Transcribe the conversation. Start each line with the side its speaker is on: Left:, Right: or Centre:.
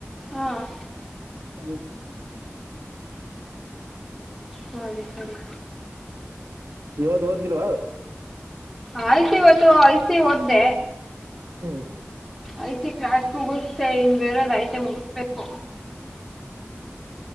Centre: ಹಾಹಾ
Right: ಹ್ಮ
Centre: ಸರಿ ಸರಿ
Right: ಇವತ್ತು ಒದೀಲ್ವಾ
Centre: ಆಯ್ತು ಇವತ್ತು ಐ. ಸಿ ಓದ್ದೆ
Right: ಹ್ಮ್
Centre: ಐ. ಸಿ ಕ್ಲಾಸ್ ಮುಗ್ಸಿದೀನಿ ಇನ್ ಬೇರದ ಐತೆ ಮುಗಿಸ್ಬೇಕು.